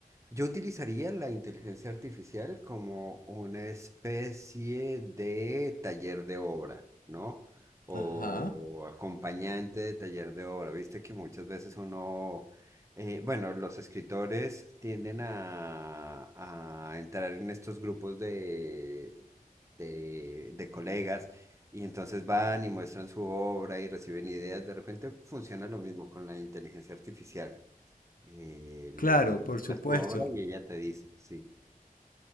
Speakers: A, on the right; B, on the left.
A: yo utilizaría la inteligencia artificial como una especie de taller de obra, ¿no? O
B: Ajá.
A: acompañante de taller de obra. Viste que muchas veces uno eh, bueno, los escritores tienden a, a entrar en estos grupos de, de, de colegas y entonces van y muestran su obra y reciben ideas. De repente funciona lo mismo con la inteligencia artificial. Eh, le,
B: Claro,
A: le muestras
B: por supuesto.
A: tu obra y ella te dice, sí.